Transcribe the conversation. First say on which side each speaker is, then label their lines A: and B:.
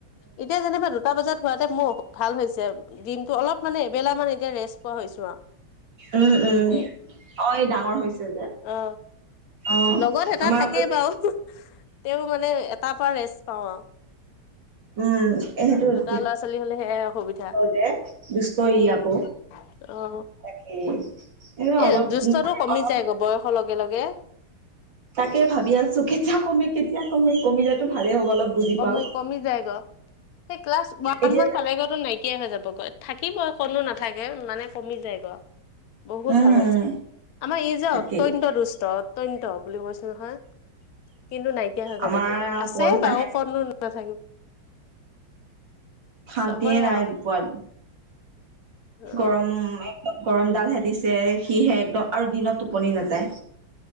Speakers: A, on the left; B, on the right.
A: এতিয়া যেনিবা দু- -টা বজাত হোৱাতে মোৰ ভাল হৈছে দিনটো অলপ মানে এবেলা মান এতিয়া ৰেষ্ট পোৱা হৈছোঁ আৰু
B: উম উম
A: নিজে
B: অ ই ডাঙৰ হৈছে যে
A: অ
B: অ
A: লগত এটা
B: আমাৰ
A: থাকেই
B: আকৌ
A: বাৰু তেওঁ মানে এটাৰ পৰা ৰেষ্ট পাওঁ আৰু
B: উম এ <unintelligible>
A: দুটা ল'ৰা ছোৱালী হলে সেয়াই অসুবিধা
B: যে দুষ্ট
A: উম
B: ই আকৌ
A: অ
B: <unintelligible> অলপ
A: এই দুষ্টটো কমি
B: অলপ
A: যায় গৈ বয়সৰ লগে লগে
B: তাকে ভাবি আছো কেতিয়া কমে কেতিয়া কমে কমিলেতো ভালেই হ'ব অলপ বুজি
A: কমি
B: পাওক
A: কমি যায় গ সি ক্লাছ ওৱান
B: এতিয়া
A: মান পালেগৈতো নাইকিয়াই হৈ যাব গৈ থাকিবই কতনো না - -থাকে মানে কমি যায় গ বহুত
B: উম
A: ভাল হৈছে আমাৰ ই যে
B: তাকেই
A: অত্যন্ত দুষ্ট অত্যন্ত বুলি কৈছো নহয় কিন্তু নাইকিয়া হৈ গ'ল
B: আমাৰ
A: এতিয়া
B: আৰু
A: আছে
B: কৈছাহে
A: বাৰু কতনো নাথাকিব।
B: শান্তিয়ে
A: চবৰে
B: নাই
A: আৰু
B: পোৱা
A: অ
B: গৰম গৰম ডালহে দিছে সিহে একদম আৰু দিনত টোপনি নাযায়।